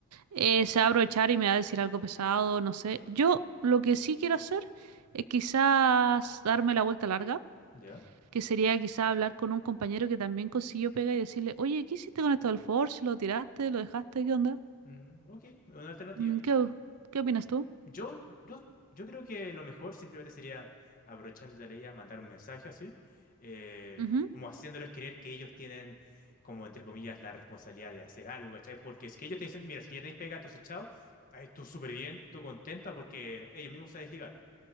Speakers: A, on the right; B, on the left.
A: Eh, se va a aprovechar y me va a decir algo pesado, no sé. Yo lo que sí quiero hacer es quizás darme la vuelta larga,
B: ¿Ya?
A: que sería quizás hablar con un compañero que también consiguió pega y decirle, oye, ¿qué hiciste con esto del Forge? ¿Lo tiraste? ¿Lo dejaste? ¿Qué onda?
B: Mm, ok, una alternativa.
A: Mm, ¿Qué, o- qué opinas tú?
B: Yo, yo, yo creo que lo mejor simplemente sería, aprovechándote de la idea, mandar un mensaje así, eh,
A: Ujú,
B: como haciéndoles creer que ellos tienen, como entre comillas, la responsabilidad de hacer algo, ¿cachai? Porque es que ellos te dicen, mira, es que ya tenéis pega, entonces chao, ahí tú súper bien, tú contenta porque ellos mismos se desligaron.